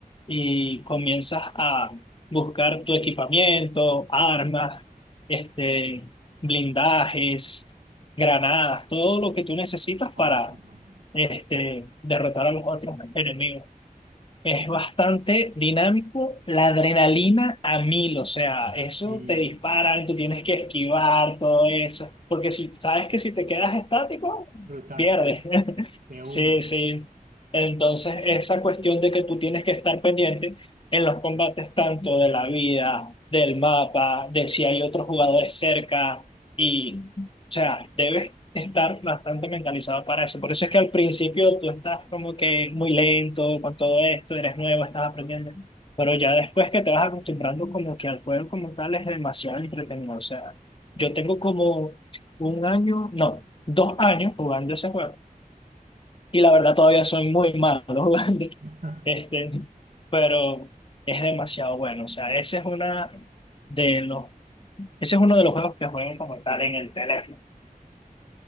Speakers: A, on the left; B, on the right.
A: y comienzas a buscar tu equipamiento, armas, este, blindajes, granadas, todo lo que tú necesitas
B: ajá,
A: para
B: ajá.
A: este, derrotar a los otros enemigos. Es bastante dinámico, la adrenalina a mil, o sea, eso
B: Sí,
A: te disparan, tú tienes que esquivar todo eso, porque si sabes que si te quedas estático,
B: brutal,
A: pierdes.
B: sí.
A: <laughs>
B: De una.
A: Sí, sí. Entonces, esa cuestión de que tú tienes que estar pendiente en los combates tanto de la vida, del mapa, de si hay otros jugadores cerca y, o sea, debes estar bastante mentalizado para eso. Por eso es que al principio tú estás como que muy lento con todo esto, eres nuevo, estás aprendiendo. Pero ya después que te vas acostumbrando como que al juego como tal es demasiado entretenido. O sea, yo tengo como un año, no, dos años jugando ese juego. Y la verdad todavía soy muy malo <laughs> jugando.
B: <laughs>
A: Este, pero es demasiado bueno. O sea, ese es una de los, ese es uno de los juegos que juego como tal en el teléfono.